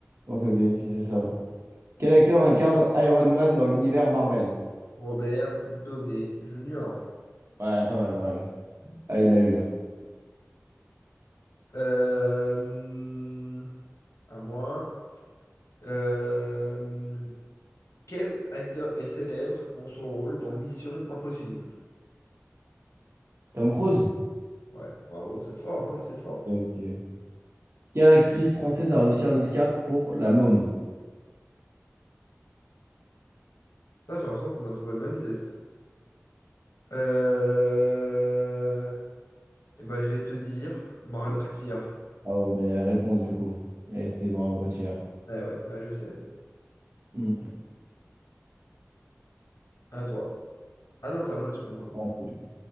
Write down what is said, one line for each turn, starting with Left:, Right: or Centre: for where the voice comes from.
Right: Ok, ok, si c'est ça, alors. Quel acteur incarne Iron Man dans l'univers Marvel?
Left: Robert Downey Jr.
Right: Ouais, pas mal, pas mal. Ah, il l'a eu, là.
Left: Euh, à moi. Euh, Quel acteur est célèbre pour son rôle dans Mission Impossible?
Right: Tom Cruise?
Left: Ouais, bravo, c'est fort. Non, mais c'est fort.
Right: Ok. Quelle actrice française a reçu un Oscar pour La Môme?
Left: Putain, j'ai l'impression qu'on a trouvé le même test. Euh... Eh ben, je vais te dire Marion
Right: Ouais.
Left: Cotillard.
Right: Ah ouais, mais il y a la réponse du coup. Et c'était marrant quand hier.
Left: Ouais, ouais, bah, je sais.
Right: Hmm.
Left: À toi. Ah non, c'est à moi, excuse-moi.
Right: Ah, c'est du coup.